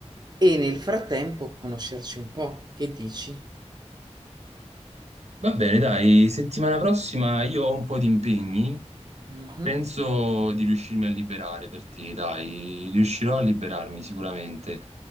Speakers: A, on the right; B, on the right.
A: e nel frattempo conoscerci un po', che dici?
B: Va bene, dai, settimana prossima io ho un po' di impegni,
A: Mhm.
B: penso di riuscirmi a liberare per te, dai, riuscirò a liberarmi sicuramente.